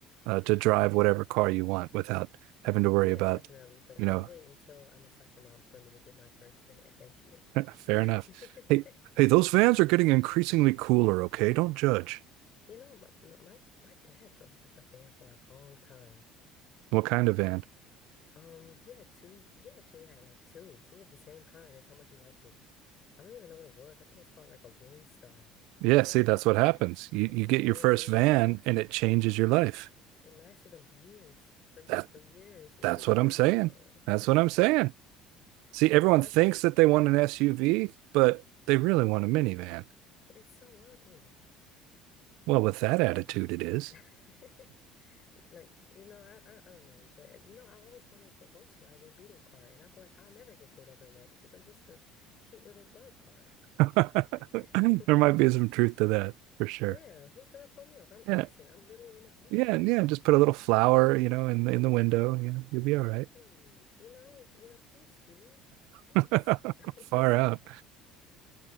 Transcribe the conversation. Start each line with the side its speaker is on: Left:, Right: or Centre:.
Right: uh, to drive whatever car you want without having to worry
Left: oh yeah,
Right: about,
Left: definitely. But
Right: you
Left: I'll
Right: know.
Left: wait until I'm a soccer mom for me to get my first van. Thank you.
Right: <laughs> Fair
Left: <laughs>
Right: enough. Hey, hey, those vans are getting increasingly cooler. Okay, don't judge.
Left: You know, my, my my my dad drove like a fan for a long time.
Right: What kind of van?
Left: Um, he had two. He actually had like two, two of the same kind. That's how much he liked it. I don't even know what it was. I think it was called like a Windstar.
Right: Yeah, see, that's what happens. You
Left: It
Right: you
Left: was a
Right: get
Left: Ford
Right: your first
Left: Windstar.
Right: van and it changes your life.
Left: It lasted him years, for like
Right: That
Left: for years. It
Right: that's
Left: didn't even
Right: what
Left: break
Right: I'm saying.
Left: down.
Right: That's
Left: <laughs>
Right: what I'm saying. See,
Left: Yeah,
Right: everyone
Left: but I
Right: thinks
Left: just,
Right: that they want an SUV, but they really want a minivan.
Left: but it's so ugly.
Right: Well, with that attitude, it is.
Left: <laughs> Like, you know, I, I I don't know, but uh, you know, I always wanted the Volkswagen Beetle car, and I feel like I'll never get pulled over in that because I'm just a cute little bug car.
Right: <laughs>
Left: <laughs>
Right: there might be some truth to that for sure.
Left: Yeah, who's gonna pull me over? I'm
Right: Yeah.
Left: innocent. I'm literally in a beetle.
Right: Yeah. Yeah. Just put a little flower, you know, in the in the window. Yeah. You'll be
Left: Exactly.
Right: all right.
Left: You know, you know, peace, dude. Peace.
Right: <laughs>
Left: <laughs>
Right: Far out.